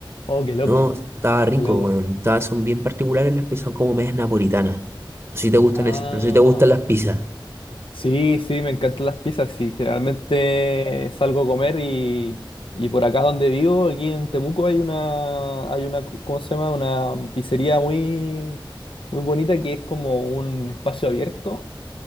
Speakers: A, on the left; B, on the right.
A: Oh, qué loco,
B: No, estaba rico,
A: qué loco.
B: weón. Estaba- son bien particulares las pizzas son como medias napolitanas. No sé si te gustan,
A: Ah,
B: esas- no sé si te gustan las pizzas.
A: Sí, sí, me encantan las pizzas. Sí, generalmente salgo a comer y, y por acá donde vivo, aquí en Temuco, hay una, hay una, ¿cómo se llama? Una pizzería muy, muy bonita que es como un espacio abierto